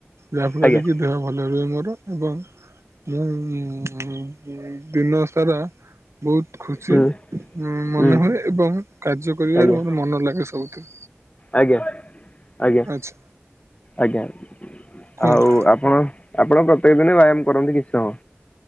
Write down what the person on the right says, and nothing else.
ଯାହାଫଳରେ
କି ଦେହ ଭଲ ରୁହେ ମୋର। ଏବଂ ମୁଁ ଦିନ ସାରା ବହୁତ ଖୁସି
ମନେ
ହୁଏ ଏବଂ କାର୍ଯ୍ୟ କରିବାର
ମ ମନ ଲାଗେ ସବୁଥିରେ।
ଆଚ୍ଛା
କୁହନ୍ତୁ